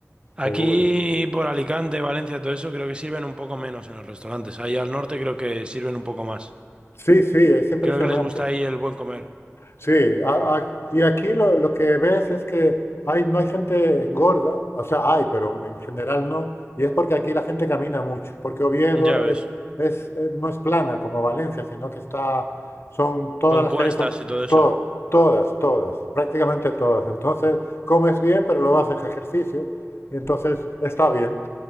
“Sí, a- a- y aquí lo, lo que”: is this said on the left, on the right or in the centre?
Left